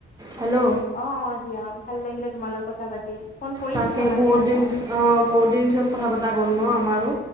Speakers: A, on the right; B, on the left.
A: হেল্ল
B: অঁ অঁ দিয়া ভাল লাগিলে তোমাৰ লগত কথা পাতি ফোন কৰি
A: তাকে
B: থাকিবা মাজে
A: বহুত
B: মাজে
A: দিন অঁ বহুত দিন পিছত কথা পতা গ'ল নহ আমাৰো